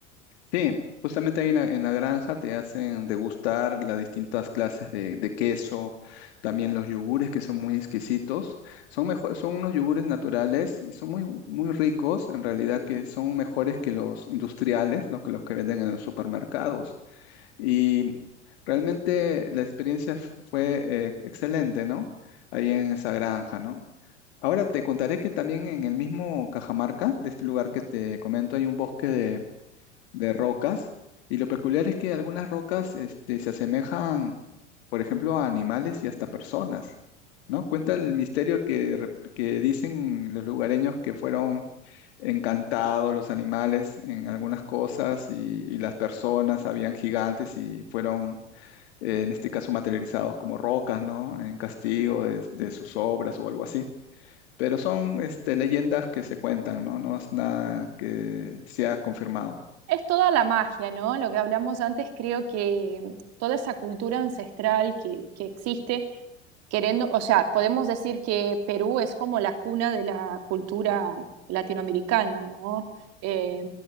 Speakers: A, on the left (about 60°); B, on the right (about 45°).
A: Sí, justamente ahí en la, en la granja te hacen degustar las distintas clases de, de queso, también los yogures que son muy exquisitos. Son mejor, son unos yogures naturales, son muy, muy ricos, en realidad que son mejores que los industriales, ¿no? Que los que venden en los supermercados. Y realmente la experiencia f- fue eh, excelente, ¿no? Ahí en esa granja, ¿no? Ahora te contaré que también en el mismo Cajamarca, de este lugar que te comento, hay un bosque de rocas. Y lo peculiar es que algunas rocas este, se asemejan, por ejemplo, a animales y hasta personas, ¿no? Cuenta el misterio que, re- que dicen los lugareños que fueron encantados los animales en algunas cosas y, y las personas habían gigantes y fueron, eh, en este caso, materializados como rocas, ¿no? En castigo de, de sus obras o algo así. Pero son este, leyendas que se cuentan, ¿no? No es nada que sea confirmado.
B: Es toda la magia, ¿no? Lo que hablamos antes, creo que mm, toda esa cultura ancestral que, que existe, queriendo, o sea, podemos decir que Perú es como la cuna de la cultura latinoamericana, ¿no? Eh,